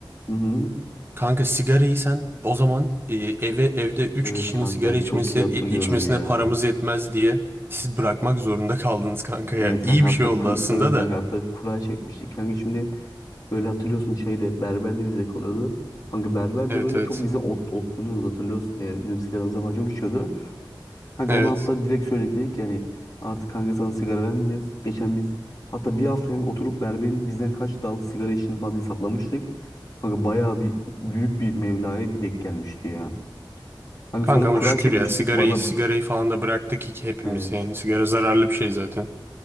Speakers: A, on the left; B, on the right.
A: Hı hı.
B: Kanka sigarayı sen o zaman e, eve evde 3
A: Evet
B: kişinin
A: kanka
B: sigara içmesi
A: çok iyi hatırlıyorum
B: iç- içmesine
A: ya.
B: paramız yetmez diye siz bırakmak zorunda kaldınız kanka yani.
A: Evet
B: İyi
A: kanka hatta
B: bir şey oldu
A: ku-
B: aslında
A: evet kanka
B: da.
A: hatta kura çekmiştik kanka şimdi böyle hatırlıyorsun şeyde berber de bizde kalıyordu. Kanka berber
B: Evet
A: de böyle
B: evet.
A: çok bize ot otlanıyordu hatırlıyorsun ya bizim sigaramıza falan çok içiyordu. Kanka
B: Evet.
A: onu hatta direkt söyledik dedik ki yani artık kanka sana sigara vermeyeceğiz. Geçen biz hatta bir hafta kanka oturup berberin bizden kaç dal sigara içtiğini falan hesaplamıştık. Kanka bayağı bir büyük bir mevlaya denk gelmişti ya. Kanka
B: Kanka
A: sonra
B: ama
A: kura
B: şükür
A: çekmiştik
B: ya sigarayı
A: bana
B: sigarayı falan da bıraktık ki hepimiz
A: evet.
B: yani sigara zararlı bir şey zaten.